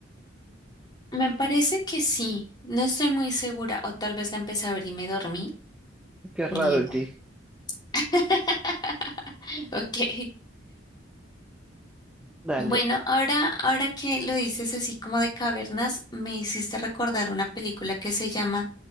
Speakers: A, on the left; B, in the centre.
A: Me parece que sí, no estoy muy segura, o tal vez la empecé a ver y me dormí.
B: Qué raro
A: Ni idea.
B: en ti.
A: <laughs> Ok.
B: Dale.
A: Bueno, ahora, ahora que lo dices así como de cavernas, me hiciste recordar una película que se llama